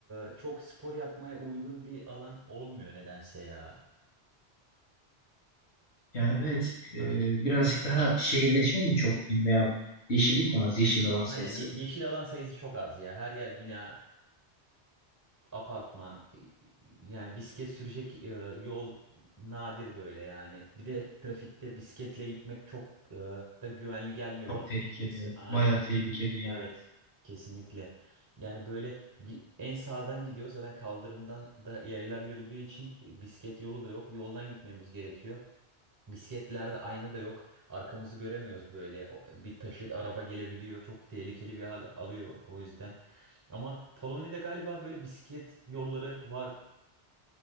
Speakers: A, on the right; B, on the left.
A: e, çok spor yapmaya uygun bir alan olmuyor nedense ya.
B: Yani evet e,
A: Aynen.
B: birazcık daha şehirleşme mi çok diyeyim veya yeşillik mi az? Yeşil alan sayısı.
A: Aynen ye- yeşil alan sayısı çok az ya. Her yer bina, apartman. Yani bisiklet sürecek e, yol nadir böyle yani. Bir de trafikte bisikletle gitmek çok e, da güvenli gelmiyor
B: Çok
A: bana
B: tehlikeli.
A: açıkçası. Aynen.
B: Bayağı tehlikeli yani.
A: Evet. Kesinlikle. Yani böyle gi- en sağdan gidiyor. Zaten kaldırımdan da yaylar yürüdüğü için e, bisiklet yolu da yok. Yoldan gitmemiz gerekiyor. Bisikletlerde ayna da yok. Arkamızı göremiyoruz böyle. O- Bir taşıt araba gelebiliyor. Çok tehlikeli bir hal alıyor o yüzden. Ama Polonya'da galiba böyle bisiklet yolları var.